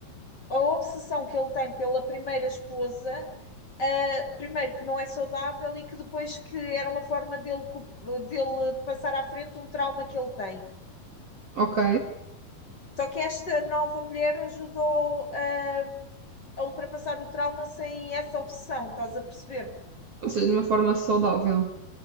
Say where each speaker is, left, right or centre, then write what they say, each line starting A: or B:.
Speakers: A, on the left (about 30°); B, on the right (about 50°).
A: a obsessão que ele tem pela primeira esposa Uh, primeiro que não é saudável e que depois que era uma forma dele, dele passar à frente um trauma que ele tem.
B: ok.
A: Só que esta nova mulher ajudou a, a ultrapassar o trauma sem essa obsessão, estás a perceber?
B: Ou seja, de uma forma saudável.